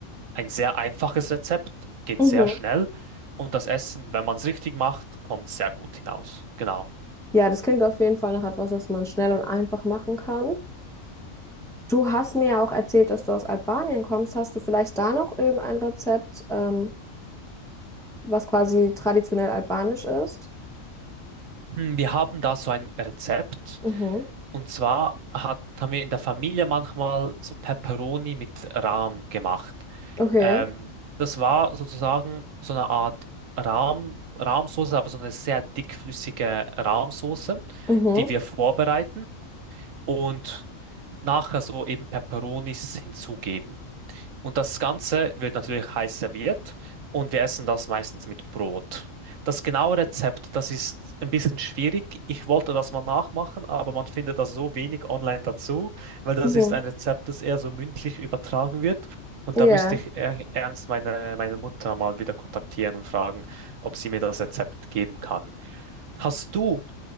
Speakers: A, on the right; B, in the centre.
A: ein sehr einfaches Rezept, geht
B: Mhm.
A: sehr schnell und das Essen, wenn man es richtig macht, kommt sehr gut hinaus. Genau.
B: Ja, das klingt auf jeden Fall nach etwas, das man schnell und einfach machen kann. Du hast mir ja auch erzählt, dass du aus Albanien kommst. Hast du vielleicht da noch irgendein Rezept, ähm, was quasi traditionell albanisch ist?
A: Hm, Wir haben da so ein Rezept.
B: Mhm.
A: Und zwar hat, haben wir in der Familie manchmal so Pepperoni mit Rahm gemacht.
B: Okay.
A: Ähm, das war sozusagen so eine Art Rahm, Rahmsoße, aber so eine sehr dickflüssige Rahmsoße,
B: Mhm.
A: die wir vorbereiten und nachher so eben Pepperonis hinzugeben. Und das Ganze wird natürlich heiß serviert und wir essen das meistens mit Brot. Das genaue Rezept, das ist ein bisschen schwierig. Ich wollte das mal nachmachen, aber man findet das so wenig online dazu, weil das
B: Mhm.
A: ist ein Rezept, das eher so mündlich übertragen wird. Und
B: Ja.
A: da müsste ich e- ernst meine, meine Mutter mal wieder kontaktieren und fragen, ob sie mir das Rezept geben kann. Hast du,